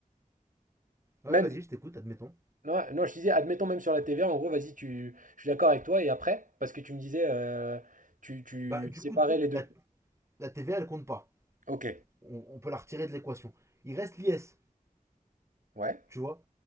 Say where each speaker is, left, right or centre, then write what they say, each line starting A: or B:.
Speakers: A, on the right; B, on the right.
A: Ouais,
B: même,
A: vas-y, je t'écoute, admettons.
B: non, non, je disais, admettons même sur la TVA, en gros, vas-y, tu, je suis d'accord avec toi, et après, parce que tu me disais, euh, tu, tu
A: Bah du
B: séparais
A: coup,
B: les deux.
A: la, la TVA elle compte pas.
B: Ok,
A: On- on peut la retirer de l'équation. Il reste l'IS.
B: ouais.
A: Tu vois